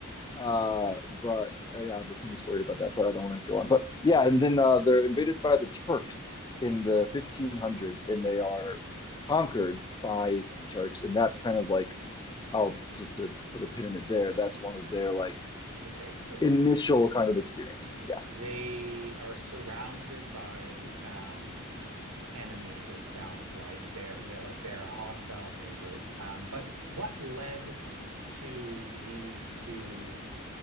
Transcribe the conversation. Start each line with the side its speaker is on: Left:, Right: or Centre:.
Left: uh, but uh, yeah I have a funny story about that but I don't want to go on but yeah and then uh, they're invaded by the Turks in the 1500s and they are conquered by the Turks and that's kind of like I'll just to put a pin in it there that's one of their like
Right: <laughs> Okay. So
Left: initial kind of experiences. Yeah.
Right: they are surrounded by um enemies, it sounds like. They're they're like they're hostile neighbors. Um, but what led to these two